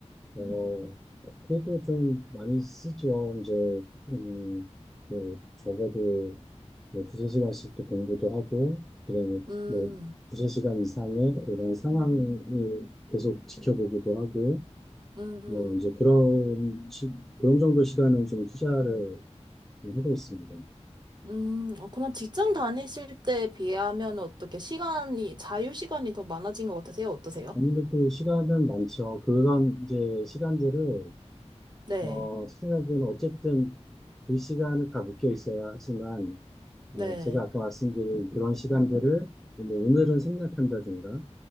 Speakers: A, in the centre; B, on the right (about 40°).
A: 어, 그래도 좀 많이 쓰죠. 이제, 음, 뭐, 적어도 뭐 두세 시간씩도 공부도 하고, 그다음에
B: 음,
A: 뭐 두세 시간 이상의 그런 상황을 계속 지켜보기도 하고,
B: 음.
A: 뭐 이제 그런, 시- 그런 정도 시간을 좀 투자를 하고 있습니다.
B: 음, 어, 그럼 직장 다니실 때에 비하면 어떻게 시간이, 자유 시간이 더 많아진 것 같으세요? 어떠세요?
A: 아무래도 시간은 많죠. 그런 이제 시간들을
B: 네,
A: 어, 시청자들은 어쨌든 그 시간을 다 묶여 있어야 하지만
B: 네.
A: 어, 제가 아까 말씀드린 그런 시간들을 뭐 오늘은 생략한다든가